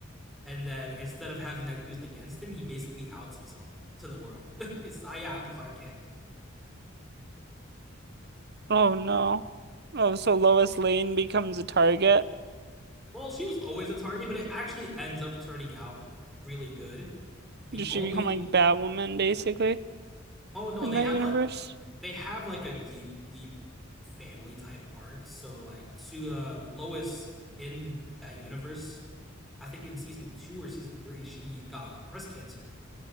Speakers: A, in the centre; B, on the right.
A: and then instead of having that used against him, he basically outs himself to the world. <laughs> He says, "Ah, yeah, I'm Clark Kent."
B: Oh no. Oh, so Lois Lane becomes a target.
A: Well, she was always a target, but it actually ends up turning out really good. The
B: Does
A: only
B: she become like Batwoman basically
A: oh no,
B: in
A: they
B: that
A: have
B: universe?
A: like they have like a deep, deep family type arc. So like to uh, Lois in that universe, I think in season two or season three, she got breast cancer.